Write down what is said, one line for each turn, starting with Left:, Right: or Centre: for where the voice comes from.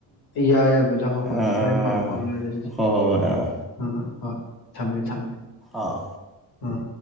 Left: ꯌꯥꯏ ꯌꯥꯏ ꯕꯗꯔ ꯍꯣꯏ
Centre: ꯑꯥ
Left: ꯍꯣꯏ ꯍꯣꯔꯦꯟ ꯄꯥꯎ ꯐꯥꯎꯅꯉꯥꯏꯖ ꯑꯗꯨ
Centre: ꯍꯣꯏ ꯍꯣꯏ ꯍꯣꯏ ꯑꯥ
Left: ꯑꯝ ꯑꯥ ꯍꯣꯏ ꯊꯝꯃꯦ ꯊꯝꯃꯦ
Centre: ꯑꯥ
Left: ꯑꯥ